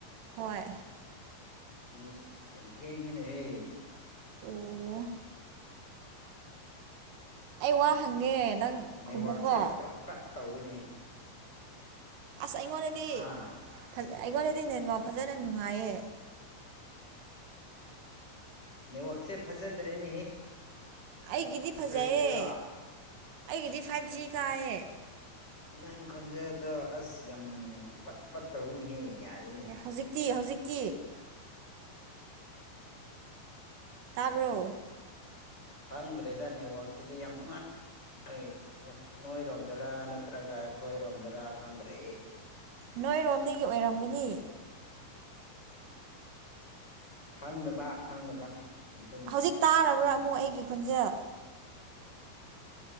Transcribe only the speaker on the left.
ꯎꯝꯁ ꯌꯥꯝ ꯊꯦꯡꯉꯦꯅꯦꯍꯦ
ꯅꯦꯠꯋꯛꯁꯦ
ꯄꯨꯔꯥ ꯄ꯭ꯔꯠ ꯇꯧꯏꯅꯦ
ꯑꯥ
ꯅ ꯑꯛꯁꯦ ꯐꯖꯗ꯭ꯔꯦꯅꯤ
ꯀꯔꯤꯒꯤꯔꯥ
ꯅꯪ ꯈꯣꯟꯖꯦꯜꯗꯣ ꯑꯁ ꯌꯥꯝ ꯄꯠ ꯄꯠꯠꯇꯧꯔꯤꯅꯤꯍꯦ ꯌꯥꯔꯦ
ꯈꯪꯗ꯭ꯔꯦꯗ ꯅꯦꯠꯋꯥꯛꯁꯤꯗꯤ ꯌꯥꯝ ꯅꯨꯡꯉꯥꯏ ꯅꯣꯏꯔꯣꯝꯗꯔꯥ ꯅꯠꯇ꯭ꯔꯒ ꯑꯩ ꯍꯣꯏ ꯔꯣꯝꯖꯔ ꯍꯥꯀꯥꯟ꯭ꯔꯦ
ꯈꯪꯗꯕ ꯈꯪꯗꯕ ꯑꯗꯨꯅꯅꯤ